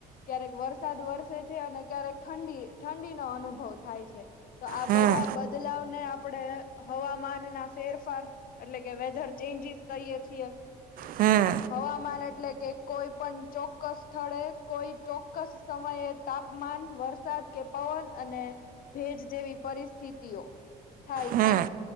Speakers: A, on the left; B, on the right.
A: ક્યારેક વરસાદ વરસે છે, અને ક્યારેક ઠંડી ઠંડીનો અનુભવ થાય છે. તો આ
B: હમ
A: બધા બદલાવને આપ આપણે હવામાન ના ફેરફાર એટલે કે વેધર ચેન્જીસ કરીયે છીએ
B: હમ
A: હવામાન જ એટલે કે કોઈ પણ ચોક્કસ સ્થળે, કોઈ ચોક્કસ સમયે તાપમાન વરસાદ કે પવન અને ભેજ, જેવી પરિસ્થિતિઓ થાય
B: હમ
A: ઈ,